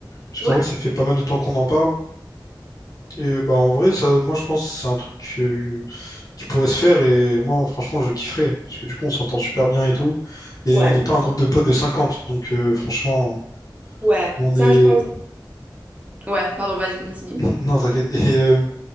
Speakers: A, on the left; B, on the right.
A: Parce qu'en
B: Ouais?
A: vrai, ça fait pas mal de temps qu'on en parle. Et euh, bah en vrai, ça, moi, je pense que c'est un truc euh, qui pourrait se faire. Et moi, franchement, je kifferais. Parce que du coup, on s'entend super bien et tout. Et
B: Ouais,
A: on n'est pas un groupe de potes de 50. Donc, euh, franchement,
B: ouais,
A: on
B: ça
A: est...
B: je pense. Ouais, pardon, vas-y, continue.
A: <laughs> Non, t'inquiète. Et euh,